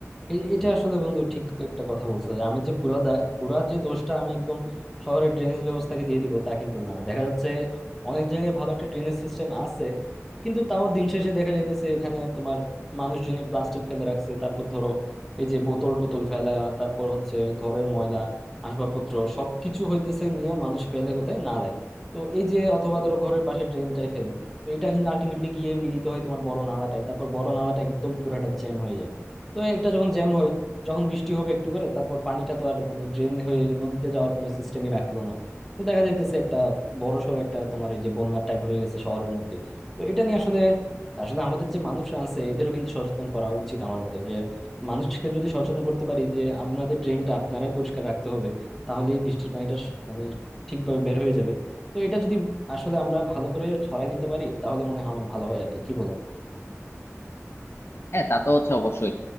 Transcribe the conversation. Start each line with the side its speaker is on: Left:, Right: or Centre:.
Centre: এ- এটা আসলে বন্ধু ঠিক একটা কথা বলছো আমি যে পুরা দায় পুরা যে দোষটা আমি একদম শহরের ড্রেনেজ ব্যবস্থাকে দিয়ে দিব তা কিন্তু না দেখা যাচ্ছে অনেক জায়গায় ভালো একটা ড্রেনেজ সিস্টেম আছে কিন্তু তাও দিন শেষে দেখা যাইতেছে এখানে তোমার মানুষজনই প্লাস্টিক ফেলে রাখছে তারপর ধরো এই যে বোতল টোতল ফেলা তারপর হচ্ছে ঘরের ময়লা আসবাবপত্র সবকিছু হইতেছে নিয়ে মানুষ ফেলে কোথায় নালায় তো এই যে অথবা ধরো ঘরের পাশে ড্রেনটাই ফেলে তো এটা কিন্তু আলটিমেটলি গিয়ে মিলিত হয় তোমার বড় নালাটায় তারপর বড় নালাটা একদম পুরাটা জ্যাম হয়ে যায় তো একটা যখন জ্যাম হয় যখন বৃষ্টি হবে একটু করে তারপর পানিটা তো আর মানে ড্রেন হয়ে নদীতে যাওয়ার কোনো সিস্টেমই রাখলো না তো দেখা যাইতেছে একটা বড়সড় একটা তোমার এই যে বন্যার টাইপ হয়ে গেছে শহরের মধ্যে তো এটা নিয়ে আসলে আসলে আমাদের যে মানুষরা আছে এদেরও কিন্তু সচেতন করা উচিত আমার মতে যে মানুষকে যদি সচেতন করতে পারি যে আপনাদের ড্রেনটা আপনারাই পরিষ্কার রাখতে হবে তাহলে এই বৃষ্টির পানিটা স- মানে ঠিকভাবে বের হয়ে যাবে তো এটা যদি আসলে আমরা ভালো করে ছড়াই দিতে পারি তাহলে মনে হয় আমার ভালো হয় আর কি কি বলো
Left: হ্যাঁ তা তো হচ্ছে অবশ্যই